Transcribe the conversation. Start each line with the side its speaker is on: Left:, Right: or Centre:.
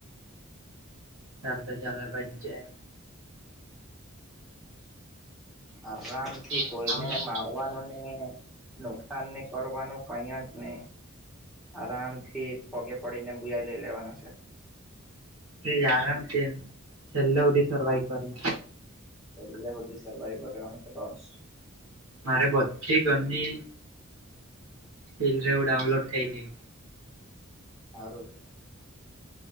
Right: ચાલતા ચાલ ભજ જાય.
Centre: આરામ થી કોઈને
Right: જાય
Centre: માં થવાનું ને નુકસાન ને કરવાનું કઈ જ ને. આરામ થી પગે પડીને બુયાઈ લઈ લેવાનું છે.
Right: તે જ આરામ થી એમ છેલ્લે સુધી સર્વાઈવ કરીએ.
Centre: છેલ્લે હુધી સર્વાઈવ કરવાની છે બોસ.
Right: મારે બધી ઘરની પીલ જેવ ડાઉનલોડ થઈ ગઈ.
Centre: હારું કેવાય.